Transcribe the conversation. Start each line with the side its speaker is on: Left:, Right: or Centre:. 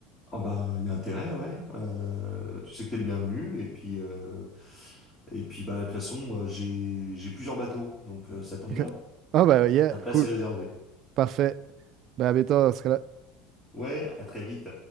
Left: Ah bah il y a intérêt, ouais. Euh, tu sais que t'es le bienvenu et puis euh, et puis bah de toute façon euh, j'ai j'ai plusieurs bateaux donc euh, ça tombe
Right: OK.
Left: bien.
Right: Ah, bah, yeah,
Left: Ta place
Right: cool.
Left: est réservée.
Right: Parfait. Ben, à bientôt, dans ce cas-là.
Left: Ouais, à très vite.